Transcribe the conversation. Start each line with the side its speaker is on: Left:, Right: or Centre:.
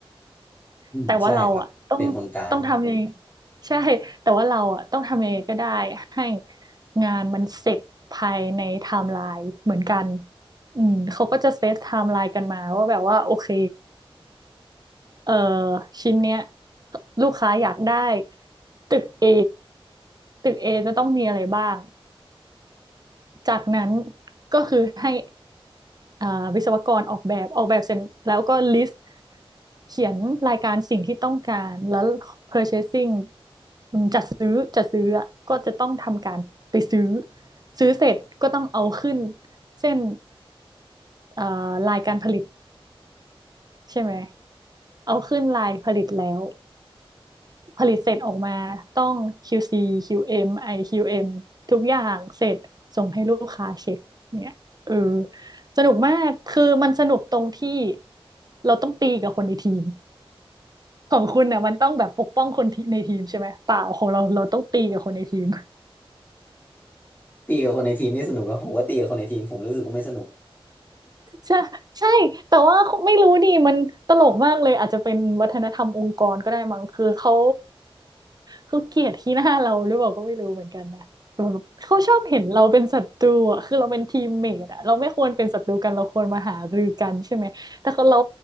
Left: อืมใช่ครับเป็นคนกลาง
Right: แต่ว่าเราอ่ะต้องต้องทำยังไงใช่แต่ว่าเราอ่ะต้องทำยังไงก็ได้ให้งานมันเสร็จภายในไทม์ไลน์เหมือนกันอืมเขาก็จะเซตไทม์ไลน์กันมาว่าแบบว่าโอเค เอ่อชิ้นเนี้ยลูกค้าอยากได้ตึก A ตึก A จะต้องมีอะไรบ้างจากนั้นก็คือให้อ่าวิศวกรออกแบบออกแบบเสร็จแล้วก็ลิสต์เขียนรายการสิ่งที่ต้องการแล้ว purchasing อืมจัดซื้อจัดซื้ออะก็จะต้องทำการไปซื้อซื้อเสร็จก็ต้องเอาขึ้นเส้นเอ่อลายการผลิตใช่ไหมเอาขึ้นลายผลิตแล้ว ผลิตเสร็จออกมาต้อง QC QM IQM ทุกอย่างเสร็จส่งให้ลูกค้าเช็คเนี่ยเออสนุกมากคือมันสนุกตรงที่เราต้องตีกับคนในทีมของคุณเนี่ยมันต้องแบบปกป้องคนที่ในทีมใช่ไหมเปล่าของเราเราต้องตีกับคนในทีม
Left: ตีกับคนในทีมนี่สนุกอะผมว่าตีกับคนในทีมผมรู้สึกว่าไม่สนุก
Right: ใช่ใช่แต่ว่าไม่รู้ดิมันตลกมากเลยอาจจะเป็นวัฒนธรรมองค์กรก็ได้มั้งคือเขาเขาเกลียดขี้หน้าเราหรือเปล่าก็ไม่รู้เหมือนกันนะแต่แบบเขาชอบเห็นเราเป็นศัตรูอ่ะคือเราเป็นทีมเมทอ่ะเราไม่ควรเป็นศัตรูกันเราควรมาหารือกันใช่ไหมแต่เขาเรา